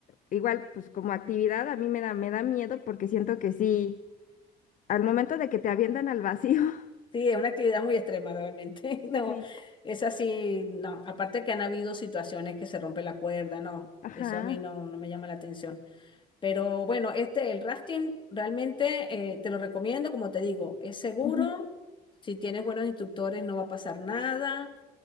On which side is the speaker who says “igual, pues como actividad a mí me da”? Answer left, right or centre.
Left